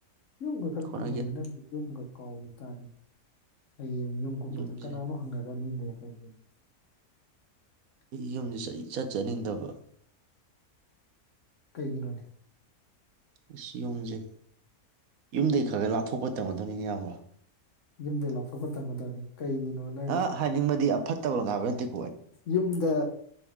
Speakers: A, on the left; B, on the right.
A: ꯌꯨꯝꯒ ꯈꯔ
B: ꯍꯣꯠꯅꯒꯦ
A: ꯀꯨꯝꯃꯨꯅꯦ ꯅꯪꯒꯤ ꯌꯨꯝꯒ ꯀꯥꯎꯒꯤ ꯇꯥꯔꯦꯅꯦ ꯍꯌꯦꯡ ꯌꯨꯝ ꯀꯨꯝꯕꯗ
B: ꯌꯨꯝꯁꯦ
A: ꯀꯅꯥꯅꯣ ꯍꯪꯅꯔꯅꯤꯅꯦ <unintelligible>
B: ꯑꯩ ꯌꯨꯝꯁꯤ ꯏꯆꯠ ꯏꯆꯠꯅꯤꯡꯗꯕ
A: <inaudible> ꯀꯩꯒꯤꯅꯣꯅꯦ
B: ꯑꯁ ꯌꯣꯝꯁꯦ ꯌꯨꯝꯗꯒꯩ ꯈꯔ ꯈ ꯂꯥꯞꯊꯣꯛꯄ ꯇꯝꯒꯗꯕꯅꯤꯅꯦ ꯏꯌꯥꯝꯕ
A: ꯌꯨꯝꯗꯩ ꯂꯥꯞꯊꯣꯛꯄ ꯇꯝꯒꯗꯕꯅꯤ ꯀꯩꯒꯤꯅꯣ ꯅꯪ
B: ꯑ ꯍꯥꯏꯅꯤꯡꯕꯗꯤ ꯐꯠꯇꯕ ꯔꯣꯝꯗ ꯍꯥꯏꯕ ꯅꯠꯇꯦ
A: ꯌꯨꯝꯗ